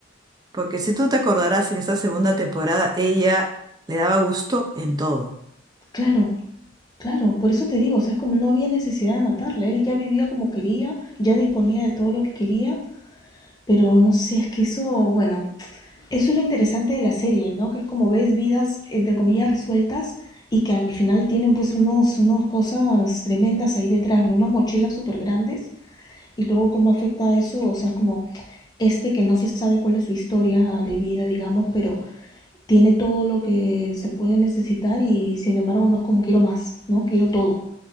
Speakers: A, on the right (about 20°); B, on the left (about 20°).
A: porque si tú te acordarás en esta segunda temporada, ella le daba gusto en todo.
B: Claro, Claro, por eso te digo, o sea, es como no había necesidad de matarla, él ya vivía como quería, ya disponía de todo lo que quería, pero no sé, es que eso, bueno, eso es lo interesante de la serie, ¿no? Que es como ves vidas, entre comillas, resueltas y que al final tienen pues unos, unos cosas tremendas ahí detrás, ¿no? Unas mochilas súper grandes y luego cómo afecta eso, o sea, como este que no se sabe cuál es su historia de vida, digamos, pero tiene todo lo que se puede necesitar y sin embargo no es como quiero más, ¿no? Quiero todo